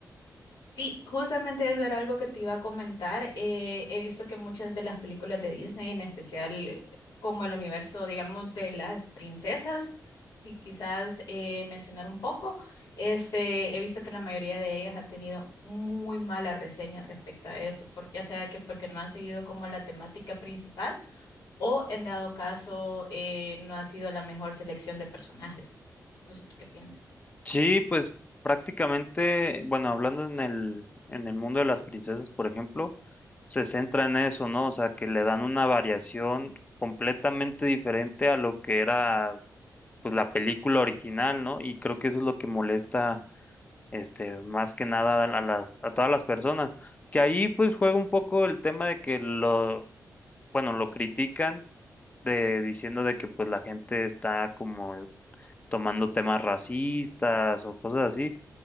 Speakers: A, on the left; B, on the left.
A: Sí, justamente eso era algo que te iba a comentar. Eh, he visto que muchas de las películas de Disney, en especial como el universo, digamos, de las princesas, si quizás eh, mencionar un poco, este, he visto que la mayoría de ellas han tenido muy mala reseña respecto a eso, por, ya sea que porque no han seguido como la temática principal o en dado caso eh, no ha sido la mejor selección de personajes. No sé tú qué piensas.
B: Sí, pues prácticamente, bueno, hablando en el, en el mundo de las princesas, por ejemplo, se centra en eso, ¿no? O sea, que le dan una variación completamente diferente a lo que era pues la película original, ¿no? Y creo que eso es lo que molesta este, más que nada a las, a todas las personas. Que ahí pues juega un poco el tema de que lo, bueno, lo critican de diciendo de que pues la gente está como tomando temas racistas o cosas así,